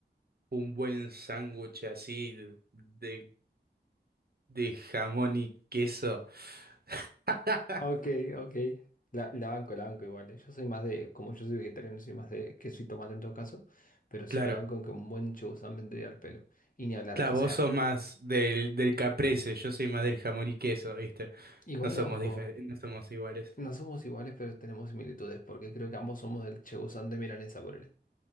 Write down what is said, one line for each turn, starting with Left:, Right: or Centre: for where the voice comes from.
Right: Un buen sándwich así de, de jamón y queso. <laughs>
Left: Ok, ok. La, la banco, la banco igual. eh. Yo soy más de, como yo soy vegetariano, soy más de queso y tomate en todo caso, pero sí
Right: Claro,
Left: te banco en que un buen chubusán vendría al pelo. Y ni hablar,
Right: claro,
Left: o
Right: vos
Left: sea,
Right: sos más del, del caprese, yo soy más del jamón y queso, ¿viste?
Left: igual
Right: No somos
Left: ojo.
Right: diferentes, no somos iguales.
Left: No somos iguales, pero tenemos similitudes, porque creo que ambos somos del Chegusán de Milanesa, por él.